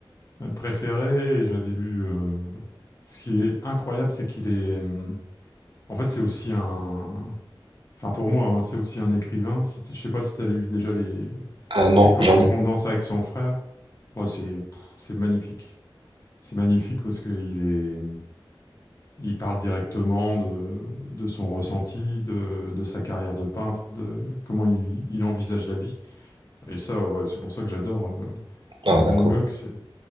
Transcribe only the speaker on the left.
préférés. et J'avais lu. euh, Ce qui est incroyable, c'est qu'il est. hum, En fait, c'est aussi un. Enfin, pour moi, hein, c'est aussi un écrivain. Si t- Je sais pas si tu as lu déjà les
les correspondances
avec son frère. Ouais, c'est pff, c'est magnifique. C'est magnifique parce qu'il est, il parle directement de, de son ressenti, de, de sa carrière de peintre, de comment il, il envisage la vie. Et ça, ouais, c'est pour ça que j'adore euh,
Van
Gogh. C'est,